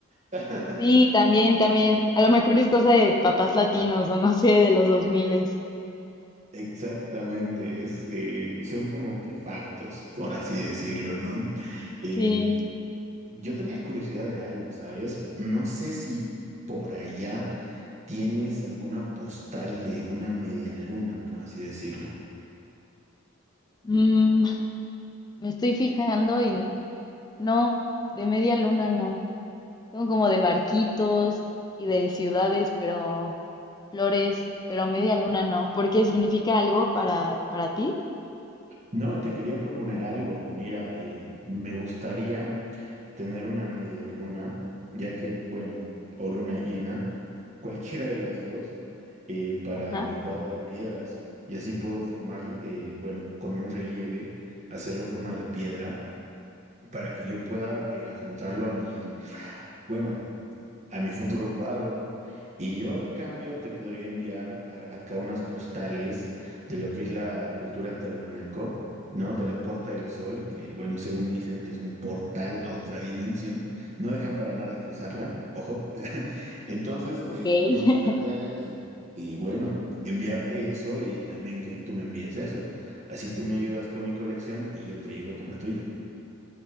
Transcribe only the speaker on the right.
<laughs>
Exactamente, es, eh, son como que factos, por así decirlo, ¿no? Eh,
yo tenía curiosidad de algo, ¿sabes? No sé si por allá tienes alguna postal de una media luna, por así decirlo.
No, te quería proponer algo. Mira, eh, me gustaría tener una media luna, ya que, bueno, o luna llena, <laughs> cualquiera de las dos, eh, para
mi cuadro de piedras. Y así puedo formar, eh, bueno, con un relieve, hacerlo en forma de piedra, para que yo pueda eh, adjuntarlo a mi, bueno, a mi futuro cuadro. Y yo, en cambio, te podría enviar a- acá unas postales de lo que es la cultura tiahuanaco, ¿no? De la Puerta del Sol, que, bueno, según dicen que es un portal a otra dimensión, no dejan para nada cruzarla, ojo. <laughs> Entonces,
eh,
me gustaría, eh, y bueno, enviarte eso y también que tú me envíes eso. Así tú me ayudas con mi colección y yo te ayudo con la tuya.